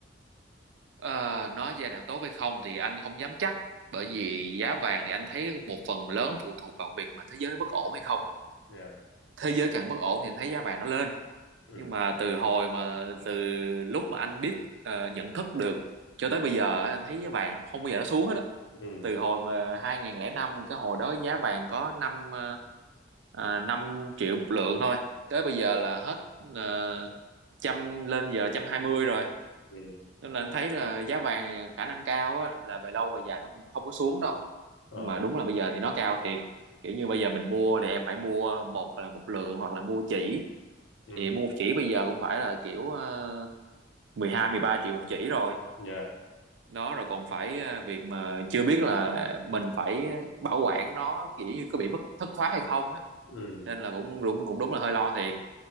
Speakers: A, on the right (about 75°); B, on the left (about 80°).
A: ờ, nói giai đoạn tốt hay không thì anh không dám chắc bởi
B: Ừ.
A: vì giá vàng thì anh thấy một phần lớn phụ thuộc vào việc mà thế giới nó bất ổn hay không
B: Dạ.
A: thế giới càng bất ổn thì anh thấy giá vàng nó lên
B: Ừ.
A: nhưng mà từ hồi mà từ lúc mà anh biết ờ, nhận thức được cho tới bây giờ á, anh thấy giá vàng không bao giờ nó xuống hết á
B: Ừ.
A: từ hồi mà hai không không năm cái hồi đó giá vàng có năm ờ, ờ, 5 triệu một lượng thôi tới bây giờ là hết ờ, trăm lên giờ trăm hai mươi rồi
B: Ừ.
A: nên là anh thấy là giá vàng khả năng cao á, là về lâu về dài nó cũng không có xuống đâu
B: Ờ.
A: nhưng mà đúng là bây giờ thì nó cao thiệt kiểu như bây giờ mình mua thì em phải mua một là một lượng hoặc là mua chỉ
B: Ừ.
A: thì mua một chỉ bây giờ cũng phải là kiểu uh, 12 13 triệu một chỉ rồi
B: Dạ.
A: đó rồi còn phải ờ, việc mà chưa biết là mình phải bảo quản nó kiểu như có bị mất thất thoát hay không á
B: Ừ.
A: nên là cũng đúng cũng đúng là hơi lo thiệt